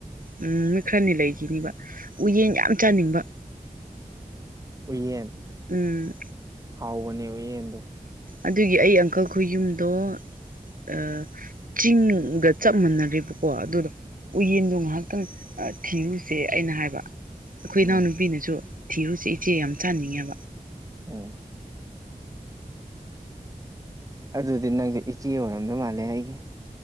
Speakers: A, on the right; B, on the right.
A: ꯎꯝ ꯅꯨꯃꯤꯠ ꯈꯔꯅꯤ ꯂꯩꯈꯤꯅꯤꯕ ꯎꯌꯦꯟ ꯌꯥꯝ ꯆꯥꯅꯤꯡꯕ
B: ꯎꯏꯌꯦꯟ
A: ꯎꯝ
B: ꯍꯥꯎꯕꯅꯦ ꯎꯌꯦꯟꯗꯨ
A: ꯑꯗꯨꯒꯤ ꯑꯩ ꯑꯪꯀꯜ ꯈꯣꯢ ꯌꯨꯝꯗꯣ ꯑꯥ ꯆꯤꯡꯒ ꯆꯞ ꯃꯥꯟꯅꯔꯦꯕꯀꯣ ꯑꯗꯨꯗꯣ ꯎꯌꯦꯟꯗꯣ ꯉꯥꯏꯍꯥꯛꯇꯪ ꯊꯤꯔꯨꯁꯦ ꯑꯩꯅ ꯍꯥꯏꯕ ꯑꯩꯈꯣꯏ
B: ꯎꯝ
A: ꯏꯅꯥꯎꯅꯨꯄꯤꯅꯁꯨ ꯊꯤꯔꯨꯁꯦ ꯏꯆꯦ ꯌꯥꯝ ꯆꯥꯅꯤꯡꯉꯦꯕ
B: ꯑꯣ ꯑꯗꯨꯗꯤ ꯅꯪꯁꯦ ꯏꯆꯦ ꯑꯣꯏꯔꯝꯗꯧ ꯃꯥꯜꯂꯦ ꯑꯩꯒꯤ